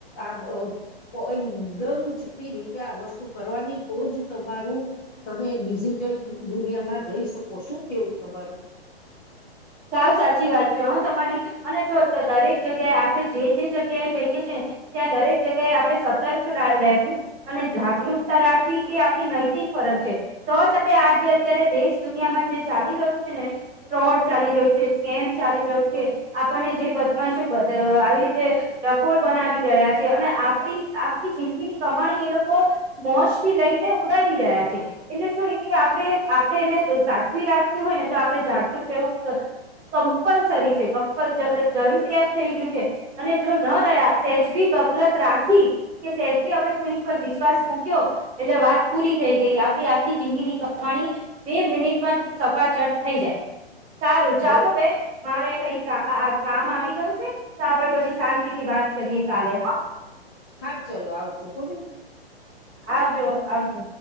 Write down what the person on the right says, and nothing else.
સાવ સાચી વાત છે હ તમારી અને જો દરેક જગ્યાએ આપણે જે જે જગ્યાએ જઈએ છે ત્યાં દરેક જગ્યાએ આપણે સતર્ક રહેેવું અને જાગૃતતા રાખવી એ આપણી નૈતિક ફરજ છે તો જ આપણે આ જે અત્યારે દેશ દુનિયામાં જે ચાલી રહ્યું છે ને ફ્રોડ ચાલી રહ્યું છે સ્કેમ ચાલી રહ્યું છે આપણને જે બદમાશો આવી રીતે રફોર બનાવી જાય આજે અને આપડી આખી જિંદગીની કમાણી એ લોકો મોજ થી લઈને ઉડાવી રહ્યા છે એટલે જો એ આપણે આપણે એને સાચવી રાખવી હોય ને તો આપણે જાગૃત રહેવું કમપલસરી છે કમપલ જરૂરિયાત થઈ ગયું છે અને જો ન રહ્યા સેજબી ગફલત રાખી કે સેજભી આપણે કોઈ પર વિશ્વાસ મૂક્યો એટલે વાત પૂરી થઈ ગઈ આપણી આખી જિંદીની કમાણી બે મિનિટમાં સફાચટ થઈ જાય. સારું ચાલુ
બેન મારે કઈ કાઆ કામ આવી ગયું છે તો આપડ પછી શાંતિ થી વાત કરીએ કાલે હ
આવજો આવજો